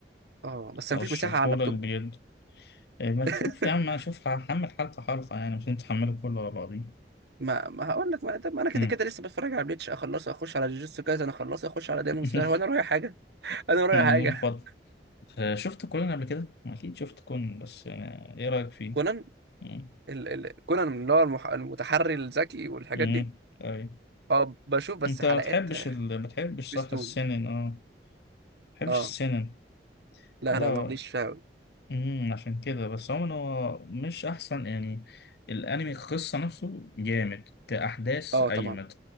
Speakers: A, on the right (about 70°); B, on the left (about 60°).
A: اه بس
B: ارشحهولك
A: مفيش مساحة على اللابتوب
B: بجد إيه، ما
A: <laughs>
B: تشوف يا عم اشوف هحمل حلقة حلقة يعني مش انت تحمله كله على بعضيه
A: ما ما هقول لك ما, طب ما أنا كده
B: مم.
A: كده لسه بتفرج على بليتش أخلصه أخش على جوجوتسو كايزن أخلصه أخش على ديمون
B: <laughs>
A: سلاير هو أنا رايح حاجة <laughs> أنا رايح
B: من
A: حاجة
B: فضل آه، شفت كونان قبل كده؟ أكيد شفت كونان بس يعني إيه رأيك فيه؟
A: كونان
B: مم.
A: ال... ال... كونان اللي هو المح... المتحري الذكي والحاجات
B: مم.
A: دي
B: طيب
A: اه بشوف بس
B: أنت
A: حلقات
B: ما بتحبش
A: آه،
B: ال... ما بتحبش
A: سبيستون
B: صح السنن اه بحبش
A: اه
B: السينما
A: لا
B: لا
A: لا ماليش فيها أوي.
B: امم عشان كده بس عموما هو مش احسن يعني الانمي القصه نفسه جامد كاحداث
A: اه
B: اجمد
A: طبعا